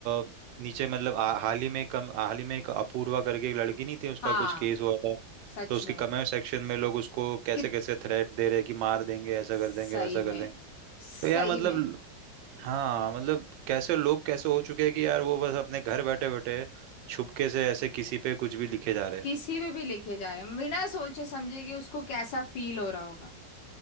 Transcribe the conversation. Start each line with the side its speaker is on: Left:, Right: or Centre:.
Right: अ, नीचे मतलब आ- हाल ही में कम हाल ही में एक अपूर्वा करके एक लड़की नहीं थी उसका
Left: हाँ
Right: कुछ केस हुआ था
Left: सच
Right: तो उसके
Left: में
Right: कमेंट सेक्शन में लोग उसको कैसे
Left: कित
Right: कैसे थ्रेट दे रहे हैं कि मार देंगे ऐसा
Left: सही
Right: कर देंगे वैसा
Left: में
Right: कर देंगे
Left: सही
Right: तो यार मतलब
Left: में
Right: हाँ मतलब कैसे लोग कैसे हो चुके हैं कि यार वो बस अपने घर बैठे बैठे छुपके से ऐसे किसी पे कुछ भी लिखे जा रहे हैं
Left: किसी पे भी लिखे जा रहे हैं बिना सोचे समझे कि उसको कैसा फील हो रहा होगा